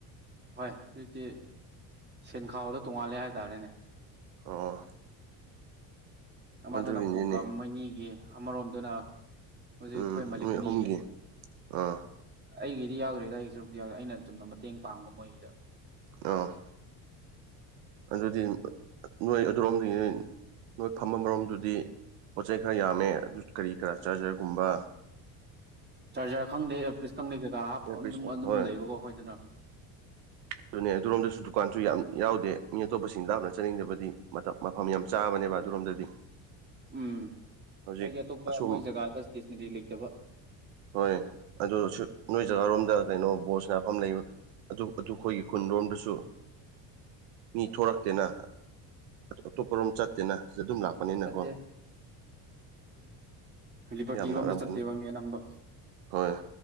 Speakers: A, on the right; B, on the right.
A: ꯍꯣꯏ ꯍꯧꯖꯤꯛꯇꯤ ꯁꯦꯟ ꯈꯥꯎꯗꯣ ꯇꯣꯡꯉꯥꯜꯂꯦ ꯍꯥꯏ ꯇꯔꯦꯅꯦ
B: ꯑꯣ
A: ꯑꯃꯗꯨꯅ
B: ꯑꯗꯨꯒꯤꯅꯤꯅꯦ
A: ꯀꯣꯛꯀ ꯃꯅꯤꯒꯤ ꯑꯃꯔꯣꯝꯗꯨꯅ ꯍꯧꯖꯤꯛ
B: ꯎꯝ
A: ꯑꯩꯈꯣꯏ ꯃꯂꯤꯛ
B: ꯅꯣꯏ
A: ꯑꯅꯤꯒꯤ
B: ꯑꯍꯨꯝꯒꯤ ꯑꯥ
A: ꯑꯩꯒꯤ ꯑꯗꯨꯗꯤ ꯌꯥꯎꯗ꯭ꯔꯦ ꯑꯗꯨꯋꯥꯏꯒꯤ ꯁꯔꯨꯛꯇ ꯌꯥꯎꯦ ꯑꯩꯅ ꯑꯨꯝꯅ ꯃꯇꯦꯡ ꯄꯥꯡꯕ ꯃꯣꯏꯒꯤꯗ
B: ꯑ ꯑꯗꯨꯗꯤ ꯅꯣꯏ ꯑꯗꯨꯣꯝꯗꯤ ꯅꯣꯏ ꯅꯣꯏ ꯐꯝꯕ ꯃꯔꯣꯝꯗꯨꯗꯤ ꯄꯣꯠ ꯆꯩ ꯈꯔ ꯌꯥꯝꯃꯦ ꯑꯗꯨ ꯀꯔꯤ ꯀꯔꯥ ꯆꯥꯔꯖꯔꯒꯨꯝꯕ
A: ꯆꯥꯔꯖꯔ ꯈꯪꯗꯦ ꯏꯌꯥꯔꯄꯤꯤꯁ ꯈꯪꯗꯦ ꯀꯩꯀꯥ ꯍꯥꯞ
B: ꯏꯌꯥꯔꯄꯤꯁ
A: ꯑꯗꯨꯝ ꯑꯗꯨꯝ
B: ꯍꯣꯏ
A: ꯂꯩꯕꯀꯣ ꯑꯩꯈꯣꯏꯗꯅꯅ
B: ꯑꯗꯨꯅꯦ ꯑꯗꯨꯔꯣꯝꯗꯁꯨ ꯗꯨꯀꯥꯟ ꯁꯨ ꯌꯥꯝ ꯌꯥꯎꯗꯦ ꯃꯤ ꯑꯇꯣꯞꯄꯁꯤꯡ ꯂꯥꯞꯅ ꯆꯥꯅꯤꯡꯗꯕꯗꯤ ꯃꯇꯝ ꯃꯐꯝ ꯌꯥꯝ ꯆꯥꯕꯅꯦꯕ ꯑꯗꯨꯔꯣꯝꯗꯗꯤ
A: ꯎꯝ
B: ꯍꯧꯖꯤꯛ
A: ꯑꯩꯗꯤ ꯑꯇꯣꯞꯄ
B: ꯑꯁꯨꯝ
A: ꯃꯣꯏ ꯖꯒꯥꯗ ꯏꯁꯇꯦꯁꯅꯔꯤ ꯂꯩꯇꯕ
B: ꯍꯣꯏ ꯑꯗꯨ ꯅꯣꯏ ꯖꯒꯥꯔꯣꯝꯗ ꯀꯩꯅꯣ ꯣꯁ ꯐꯝ ꯂꯩꯕ ꯑꯗꯨ ꯑꯩꯈꯣꯏꯒꯤ ꯈꯨꯟꯔꯣꯝꯗꯁꯨ ꯃꯤ ꯊꯣꯛꯣꯔꯛꯇꯦꯅ ꯑꯇꯣꯞꯄꯔꯣꯝ ꯆꯠꯇꯦꯅ ꯁꯤ ꯑꯗꯨꯝ ꯂꯥꯛꯄꯅꯤꯅꯀꯣ
A: ꯆꯠꯇꯦ ꯂꯤꯕꯔꯇꯤ
B: ꯌꯥꯝ
A: ꯔꯣꯝꯗ
B: ꯂꯥꯛꯔꯝꯒꯅꯤ
A: ꯆꯠꯇꯦꯕ ꯃꯤ ꯑꯅꯝꯕ
B: ꯍꯣꯏ